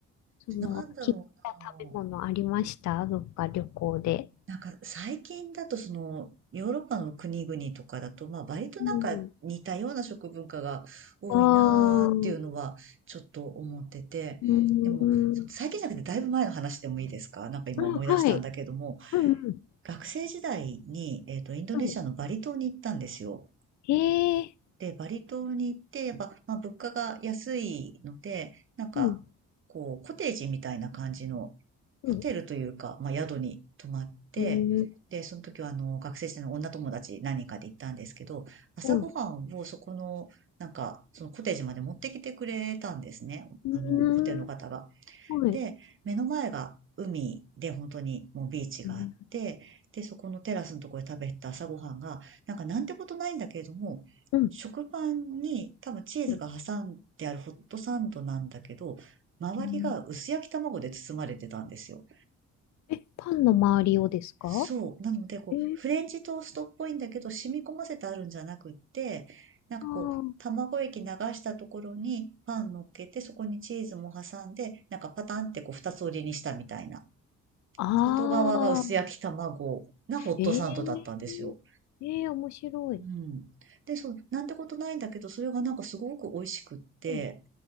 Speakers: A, on the left; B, on the right.
A: その、
B: なんだろ
A: 切った食べ物ありましたどっか旅行で。
B: うな。なんか最近だとその、ヨーロッパの国々とかだと、まあ割となんか似たような食文化が多いなーっていうのはちょっと思ってて。
A: うん。ああ、うーん。
B: でも、そ最近じゃなくてだいぶ前の話でもいいですかなんか今思い出したんだけども、
A: あ、はい。うんうん。
B: 学生時代に、えっと、インドネシアのバリ島に行ったんですよ。
A: はい。へえ。
B: で、バリ島に行って、やっぱ、まあ、物価が安いので、なんか、
A: うん。
B: こう、コテージみたいな感じのホテルというか、
A: うん。
B: まあ、宿に泊まって、
A: うん。
B: で、その時は、あの、学生時代の女友達何人かで行ったんですけど、朝ごはんをそこの、
A: うん。
B: なんか、そのコテージまで持ってきてくれたんですね。
A: うーん。
B: あの、ホテルの方が。
A: はい。
B: で、目の前が海で本当にもうビーチがあって、
A: うん。
B: で、そこのテラスのところで食べた朝ごはんが、なんかなんてことないんだけれども、
A: うん。
B: 食パンに多分チーズが挟んであるホットサンドなんだけど、
A: うん。
B: 周りが薄焼き卵で包まれてたんですよ。
A: うん。え、パンの周りをですか
B: そう。なので、こう、
A: え
B: フレンチトーストっぽいんだけど、染み込ませてあるんじゃなくって、なんかこう、
A: ああ。
B: 卵液流したところにパン乗っけて、そこにチーズも挟んで、なんかパタンってこう、二つ折りにしたみたいな。
A: あーあー。
B: 外側が薄焼き卵なホットサンドだったんですよ。
A: ええ。ええ、面白い。
B: うん。で、そう、なんてことないんだけど、それがなんかすごく美味しくって、
A: うん。